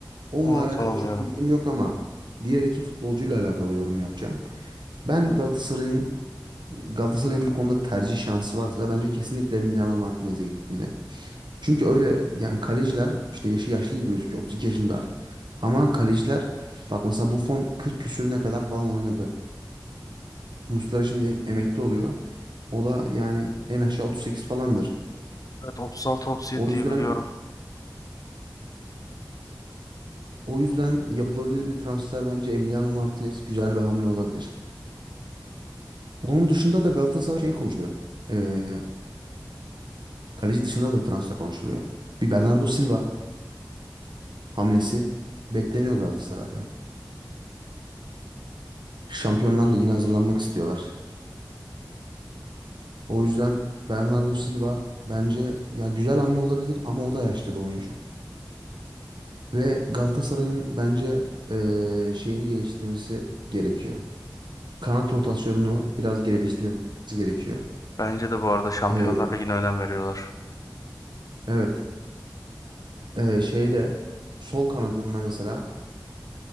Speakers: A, on the right; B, on the left.
A: Onunla
B: Onu
A: alakalı
B: tanımıyorum.
A: çok bilgim yok ama diğer iki futbolcuyla alakalı yorum yapacağım. Ben Galatasaray'ın Galatasaray'ın bu konuda tercih şansı varsa bence kesinlikle Emiliano Martinez'e gitmeli. Çünkü öyle yani kaleciler işte yaşı yaşlı gibi gözüküyor 32 yaşında. Ama kaleciler bak mesela Buffon 40 küsürüne kadar falan oynadı. Muslera şimdi emekli oluyor. O da yani en aşağı 38 falandır.
B: Evet 36-37
A: O
B: diye
A: yüzden
B: biliyorum.
A: o yüzden yapılabilir bir transfer bence Emiliano Martinez güzel bir hamle olabilir. Onun dışında da Galatasaray şey konuşuluyor. Ee, kaleci dışında da transfer konuşuluyor. Bir Bernardo Silva. hamlesi bekleniyor Galatasaray'dan. Şampiyonlar Ligi'ne hazırlanmak istiyorlar. O yüzden Bernardo Silva bence ya güzel hamle olabilir ama o da yaşlı bir oyuncu. Ve Galatasaray'ın bence eee, şeyini geliştirmesi gerekiyor. Kanat rotasyonunu biraz geliştirmesi gerekiyor.
B: Bence de bu arada Şampiyonlar
A: Eee,
B: Ligi'ne önem veriyorlar.
A: evet. Eee şeyde sol kanadında mesela